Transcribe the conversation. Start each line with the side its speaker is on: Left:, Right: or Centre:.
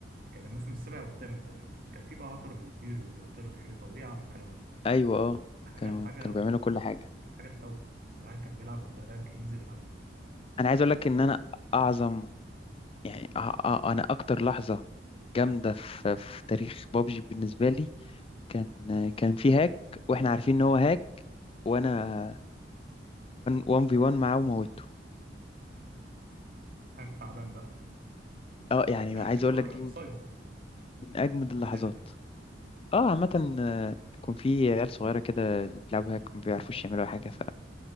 Right: كان الموسم السابع والثامن تقريبا كان في بقى عقر بيطير وبيخترق حيطه وايه عب الكلام ده
Left: ايوه اه
Right: كانت حاجات
Left: كانوا
Right: حاجه
Left: كانوا بيعملوا كل حاجه
Right: كانت حاجه تخوف الواحد كان بيلعب وقتها رانك ينزل يقل.
Left: انا عايز اقول لك ان انا اعظم يعني أ- أ- انا اكتر لحظه جامده في, في تاريخ بابجي بالنسبه لي كان آه، كان في هاك واحنا عارفين ان هو هاك وانا 1 في 1 معاه وموته
Right: حاجه تعبان بقى
Left: اه يعني
Right: <laughs> هتلاقي
Left: عايز اقول
Right: بتوع
Left: لك دي
Right: سايبر
Left: من أجمد اللحظات
Right: غالبا يعني
Left: اه عامة آه، يكون في عيال صغيرة كده اللي بيلعبوا هاك ما بيعرفوش يعملوا أي حاجة ف...